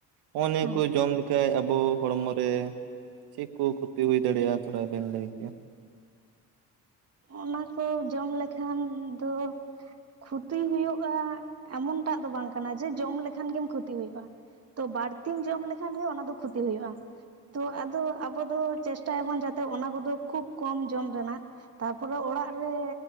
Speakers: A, on the right; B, on the right.
A: ᱱᱚᱜᱼᱚ ᱱᱤᱭᱟᱹ
B: ᱦᱮᱸ
A: ᱠᱚ ᱡᱚᱢ ᱞᱮᱠᱷᱟᱡ ᱟᱵᱚ ᱦᱚᱲᱢᱚ ᱨᱮ ᱪᱮᱫ ᱠᱚ ᱠᱷᱚᱛᱤ ᱦᱩᱭ ᱫᱟᱲᱮᱭᱟᱜᱼᱟ ᱛᱷᱚᱲᱟ ᱵᱮᱱ ᱞᱟᱹᱭ ᱠᱮᱭᱟ
B: ᱚᱱᱟ ᱠᱚ ᱡᱚᱢ ᱞᱮᱠᱷᱟᱱ ᱫᱚ ᱠᱷᱩᱼᱼ ᱠᱷᱩᱛᱤ ᱦᱩᱭᱩᱜᱼᱟ ᱮᱢᱚᱱᱴᱟᱜ ᱫᱚ ᱵᱟᱝ ᱠᱟᱱᱟ ᱡᱮ ᱡᱚᱢ ᱞᱮᱠᱷᱟᱱ ᱜᱮᱢ ᱠᱷᱩᱛᱤ ᱦᱩᱭᱩᱜᱼᱟ ᱛᱚ ᱵᱟᱹᱲᱛᱤᱢ ᱡᱚᱢ ᱞᱮᱠᱷᱟᱱ ᱜᱮ ᱚᱱᱟ ᱫᱚ ᱠᱷᱩᱛᱤ ᱦᱳᱭᱳᱜᱼᱟ ᱛᱚ ᱟᱫᱚ ᱟᱵᱚ ᱫᱚ ᱪᱮᱥᱴᱟᱭᱟᱵᱚᱱ ᱡᱟᱛᱮ ᱚᱱᱟ ᱠᱚᱫᱚ ᱠᱷᱩᱵ ᱠᱚᱢ ᱡᱚᱢ ᱨᱮᱱᱟᱜ ᱛᱟᱨᱯᱚᱨᱮ ᱚᱲᱟᱜ ᱨᱮ